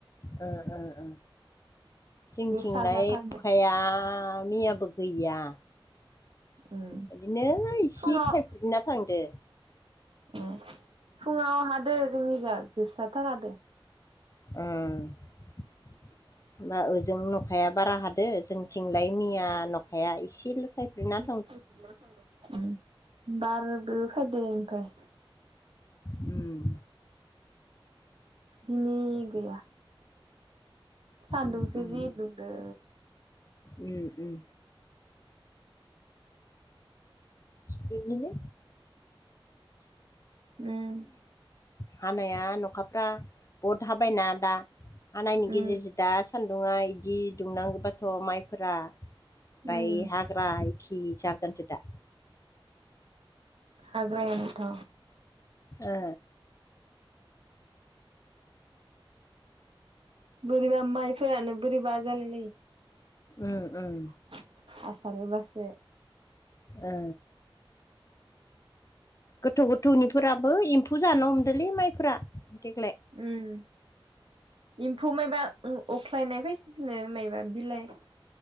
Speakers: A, on the left (about 35°); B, on the right (about 75°).
A: ओ ओ जोंथिंलाय
B: गोसा जाथारदो
A: अखाया मैयाबो गैया
B: उम
A: बिदिनो इसे
B: फुङाव
A: थाइफुरना थांदो
B: ए फुङाव हादो जोंनि जा गोसाथार हादों
A: ओ होनबा ओजों नखाया बारा हादो जोंथिंलाय मैया नखाया एसेल' थायफ्रिनान
B: <unintelligible> बारबो फैदो ओमफाय
A: उम
B: दिनै गैया सान्दुंसो
A: उम उम
B: जि दुंदो
A: उम उम बिदिनो
B: उम
A: हानाया नखाफ्रा बहुद हाबायना दा हानायनि
B: उम
A: गेजेरजों दा सान्दुंङा इदि दुंनांगोबाथ' माइफोरा
B: उम
A: माय हाग्राय खि जागोनसो दा
B: हाग्रायानोथ'
A: ए।
B: बोरैबा माइफोरानो बोरैबा जालायलायो।
A: उम उम
B: हासार होबासो।
A: ओ। गोथौ -गोथौनिफोराबो एम्फौ जानो हमदोंलै माइफोरा। देग्लाय
B: उम। एम्फौ मायबा अ-अख्लायनाय फायसिदोनो मायबा बिलाइ